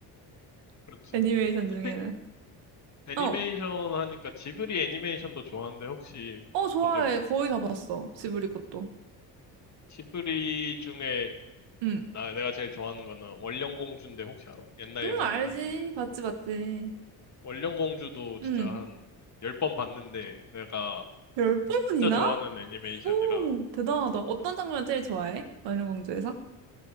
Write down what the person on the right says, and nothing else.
<laughs>
애니메이션
중에는.
어,
어, 좋아해.
거의 다 봤어. 지브리 것도.
응,
응,
알지.
봤지, 봤지.
응.
열 번이나?
오, 대단하다. 어떤 장면 제일 좋아해? 마녀공주에서?